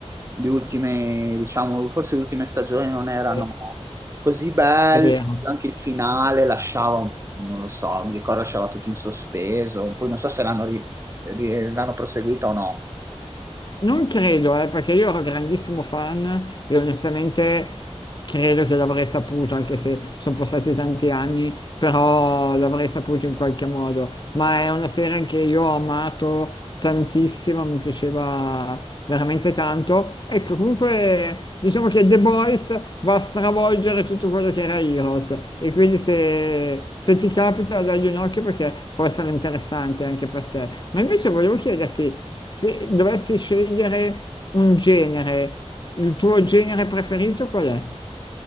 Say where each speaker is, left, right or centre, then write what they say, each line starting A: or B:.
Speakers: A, on the right; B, on the left.
A: le ultime, diciamo, forse le ultime stagioni non erano
B: è
A: così belle,
B: è vero.
A: anche il finale lasciava, un- non lo so, mi ricordo lasciava tutto in sospeso, poi non so se l'hanno, ri- ri- l'hanno proseguita o no.
B: Non credo, eh, perché io ero grandissimo fan e onestamente credo che l'avrei saputo, anche se sono passati tanti anni, però l'avrei saputo in qualche modo. Ma è una serie che io ho amato tantissimo, mi piaceva veramente tanto. Ecco, comunque diciamo che The Boys va a stravolgere tutto quello che era Heroes e quindi se, se ti capita dagli un occhio perché può essere interessante anche per te. Ma invece volevo chiederti se dovessi scegliere un genere, il tuo genere preferito qual è?